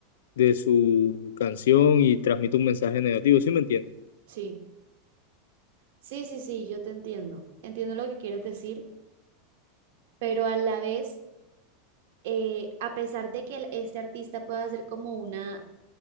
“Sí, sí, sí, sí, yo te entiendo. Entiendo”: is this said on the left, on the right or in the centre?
Right